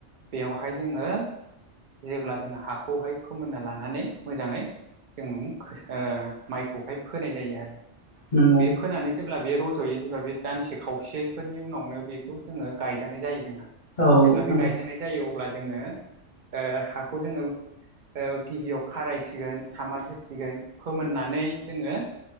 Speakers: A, on the right (about 55°); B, on the left (about 50°).
A: बेवहाय जोङो जेब्ला जोङो हाखौहाय फोमोनना लानानै मोजाङै जों ओ माइखौहाय फोनाय जायो आरो
B: नंगौ
A: बे फोनानै जेब्ला बे रज'यो जेब्ला बे दानसे खावसेफोरनि उनावनो बेखौ जोङो गायजानाय जायो जोंहा।
B: औ
A: जेब्ला बे
B: नंगौ
A: गायजानाय जायो अब्ला जोङो ओ हाखौ जोङो ओ गिबियाव खारायसिगोन सामार होसिगोन फोमोननानै जोङो